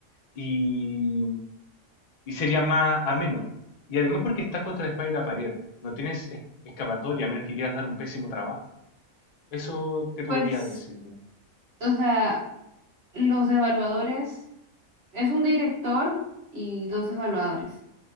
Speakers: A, on the left; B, on the right.
A: Y, y sería más ameno. Y además porque estás contra la espalda y la pared. No tienes es- escapatoria a menos que quieras dar un pésimo trabajo. Eso te podría
B: Pues,
A: decir, ¿no?
B: o sea, los evaluadores, es un director y dos evaluadores.